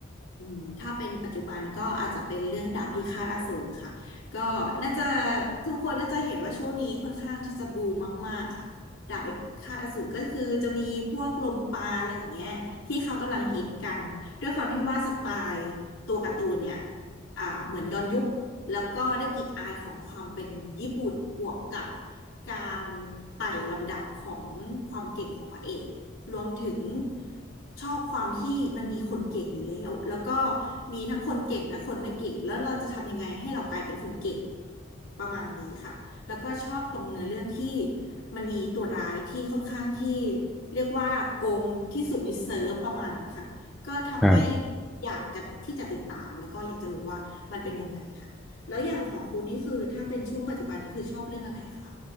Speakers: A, on the left; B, in the centre.
A: อืมถ้าเป็นปัจจุบันก็อาจจะเป็นเรื่องดาบพิฆาตอสูรค่ะก็น่าจะทุกคนน่าจะเห็นว่าช่วงนี้ค่อนข้างที่จะบูมมากๆค่ะดาบพิฆาตอสูรก็คือจะมีพวกลมปราอะไรอย่างเงี้ยที่เขากำลังฮิตกันด้วยความที่ว่าสไตล์ตัวการ์ตูนเนี่ยอ่าเหมือนย้อนยุคแล้วก็ได้กลิ่นอายของความเป็นญี่ปุ่นบวกกับการไต่ลำดับของความเก่งของพระเอก รวมถึงชอบความที่มันมีคนเก่งอยู่แล้วแล้วก็มีทั้งคนเก่งและคนไม่เก่งแล้วเราจะทำยังไงให้เรากลายเป็นคนเก่งประมาณนี้ค่ะแล้วก็ชอบตรงเนื้อเรื่องที่มันมีตัวร้ายที่ค่อนข้างที่เรียกว่าโกงที่สุดในเซิร์ฟประมาณนั้นค่ะก็ทำให้
B: ครับ
A: อยากจะที่จะติดตามแล้วก็อยากจะรู้ว่ามันเป็นยังไงค่ะแล้วอย่างของคุณนี่คือถ้าเป็นช่วงปัจจุบันนี่คือชอบเรื่องอะไรคะ